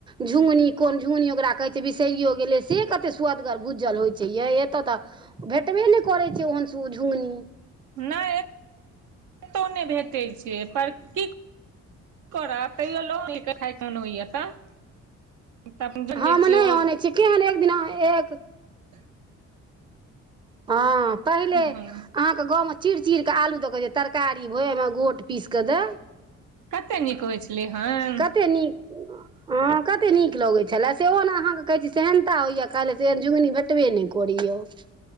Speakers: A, on the right (about 15°); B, on the right (about 75°).
A: झु्गनी कोन झुमनी ओकरा कहै छै बिसरिओ गेलै से कतेक सुआदगर भुजल होइत छै यै एतय तऽ भेटबे नहि करै छै ओहनसँ ओ झुमनी
B: नहि एतहु नहि भेटैत छै पर की कर तै खायकेन होइय तऽ तऽ अपन जन
A: हम
B: बेचियौ
A: नहि आनै छियै केहन एक दिना एक
B: <inaudible>
A: हँ पहिले अहाँ
B: हँ
A: गाँव मे चिर चिर के आलू दऽ के तरकारी होय ओहिमे गोट पीस के देय
B: कते नीक होइ छै छलै हन
A: कते नीक ह कते नीक लगैत छलए सेहो ने अहाँके कहै छी सेहनता होइया खाय लए सेहन झुंगनी भेटबे नहि करै यऽ <inaudible>